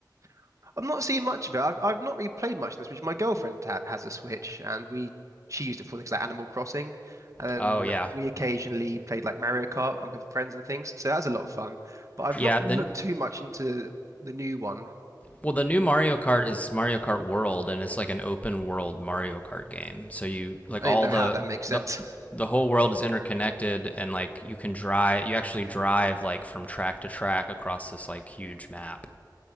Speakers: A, on the right; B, on the left.
A: <laughs> I've not seen much of it. I've, I've not really played much in the Switch. My girlfriend ha has a Switch and we she used it for things like Animal Crossing and
B: Oh
A: then
B: yeah,
A: we occasionally played like Mario Kart and with friends and things. So that's a lot of fun. But I've
B: yeah.
A: not
B: Then,
A: looked too much into the new one.
B: well, the new Mario Kart is Mario Kart World, and it's like an open world Mario Kart game. So you like
A: I
B: all
A: don't know
B: the
A: how that makes sense.
B: the
A: <laughs>
B: the whole world is interconnected, and like you can drive. You actually drive like from track to track across this like huge map.